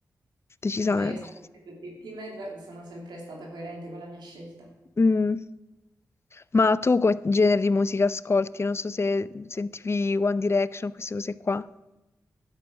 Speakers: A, on the left (about 35°); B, on the right (about 80°).
A: Decisamente.
B: No, io ho sempre detto Team Team Edward sono sempre stata coerente con la mia scelta.
A: Mm. Ma tu quale genere di musica ascolti? Non so se sentivi One Direction, queste cose qua.